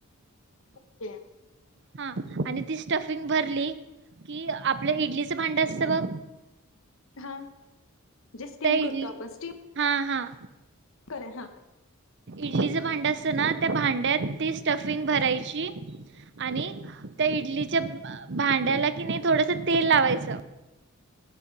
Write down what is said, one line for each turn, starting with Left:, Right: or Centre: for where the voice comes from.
Left: <unintelligible>
Right: हा आणि ती स्टफिंग भरली की आपलं इडलीचं भांड असतं बघ.
Left: हा. जे स्टीम,
Right: त्या इडली
Left: करतो आपण स्टीम.
Right: हा हा
Left: करे हा
Right: इडलीचं- भांडं असतं ना त्या भांड्यात ती स्टफिंग भरायची आणि त्या इडलीच्या- भांड्याला कि नाही थोडस तेल लावायच.